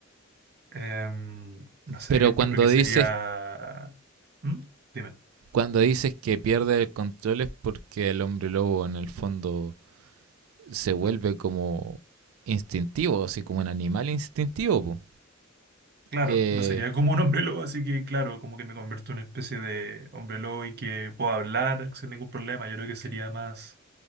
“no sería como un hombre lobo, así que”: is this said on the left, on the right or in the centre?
Right